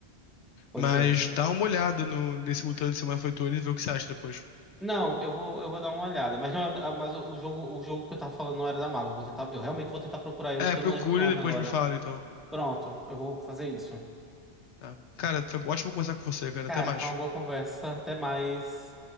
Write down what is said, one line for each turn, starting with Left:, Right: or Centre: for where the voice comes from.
Centre: Pois
Left: Mas
Centre: é.
Left: dá uma olhada no, nesse Mutantes e Malfeitores e vê o que você acha depois.
Centre: Não, eu vou, eu vou dar uma olhada, mas, não, é- ah, mas o, o jogo, o jogo que eu tava falando não era da Marvel, eu vou tentar, eu realmente vou tentar procurar ele,
Left: É,
Centre: porque
Left: procure
Centre: eu não lembro o nome
Left: e depois
Centre: agora.
Left: me fala, então.
Centre: Pronto, eu vou fazer isso.
Left: Tá. Cara, foi ótimo conversar com você, cara.
Centre: Cara,
Left: Até mais.
Centre: foi uma boa conversa, até mais.